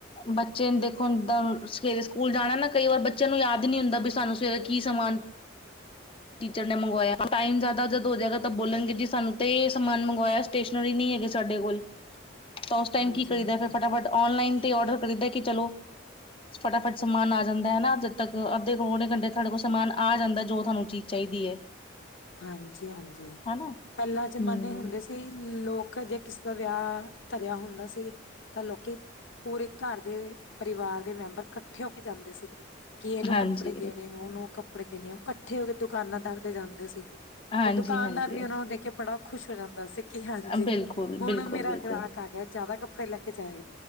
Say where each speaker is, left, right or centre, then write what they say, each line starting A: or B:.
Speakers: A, on the left; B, on the left.
A: ਬੱਚੇ ਦੇਖੋਦਾਂ ਸਵੇਰੇ ਸਕੂਲ ਜਾਣਾ ਨਾ ਕਈ ਵਾਰ ਬੱਚਿਆਂ ਨੂੰ ਯਾਦ ਨੀ ਹੁੰਦਾ ਵੀ ਸਾਨੂੰ ਸਵੇਰੇ ਕੀ ਸਮਾਨ, ਟੀਚਰ ਨੇ ਮੰਗਵਾਇਆ ਟਾਈਮ ਜ਼ਿਆਦਾ ਜਦ ਹੋ ਜਾਏਗਾ ਤਾਂ ਬੋਲਣਗੇ ਜੀ ਸਾਨੂੰ ਤੇ ਸਮਾਨ ਮੰਗਵਾਇਆ ਸਟੇਸ਼ਨਰੀ ਨਹੀਂ, ਹੈਗੇ ਸਾਡੇ ਕੋਲ ਤਾਂ ਉਸ ਟਾਈਮ
B: ਹਾਂਜੀ-ਹਾਂਜੀ,
A: ਕੀ ਕਰੀਦਾ ਫਿਰ ਫਟਾਫਟ ਔਨਲਾਈਨ ਔਡਰ ਖਰੀਦਾ ਕਿ ਚਲੋ। ਫਟਾਫਟ ਸਮਾਨ ਆ ਜਾਂਦਾ ਹਨਾ ਜਦ ਤੱਕ ਅੱਧੇ ਕੋਲ ਸਮਾਨ ਆ ਜਾਦਾ ਹਨਾ ਅੰਧੇ ਘੰਟੇ ਚ ਤੁਹਾਡੇ ਕੋਲ ਸਮਾਨ ਆ ਜਾਂਦਾ ਜੋ ਤੁਹਾਨੂੰ ਚੀਜ਼ ਚਾਹੀਦੀ ਹੈ।
B: ਹਾਂਜੀ-ਹਾਂਜੀ
A: ਹਨਾ
B: ਪਹਿਲਾਂ ਜ਼ਮਾਨੇ
A: ਹੂੰ,
B: ਹੁੰਦੇ ਸੀ ਲੋਕ ਜੇ ਕਿਸੇ ਦਾ ਵਿਆਹ ਧਰਿਆ ਹੁੰਦਾ ਸੀ ਤਾਂ ਲੋਕੀ ਪੂਰੇ ਘਰ ਦੇ ਪਰਿਵਾਰ ਦੇ ਮੈਂਬਰ ਇਕੱਠੇ ਹੋ ਕੇ ਜਾਂਦੇ ਸੀਗੇ ਕਿ ਇਹਨੂੰ
A: ਹਾਂਜੀ,
B: ਕੱਪੜੇ ਦੇਣੇ ਆ ਉਹਨੂੰ ਕੱਪੜੇ ਦੇਣੇ ਆ ਉਹ ਇਕੱਠੇ ਹੋ ਕੇ ਦੁਕਾਨਾਂਦਾਰ ਤੇ ਜਾਂਦੇ ਸੀ।
A: ਹਾਂਜੀ-ਹਾਂਜੀ
B: ੳਹ ਦੁਕਾਨਦਾਰ ਵੀ ਉਹਨਾ ਨੂੰ ਦੇਖ ਕੇ ਬੜਾ ਖੁਸ਼ ਹੋ ਜਾਂਦਾ ਸੀ ਕਿ ਹਾਂਜੀ
A: ਬਿਲਕੁਲ,
B: ਹੁਣ
A: ਬਿਲਕੁਲ,
B: ਮੇਰਾ
A: ਬਿਲਕੁਲ।
B: ਗ੍ਰਾਹਕ ਆ ਗਿਆ ਜਿਆਦਾ ਕੱਪੜੇ ਲੈ ਕੇ ਜਾਇਗ-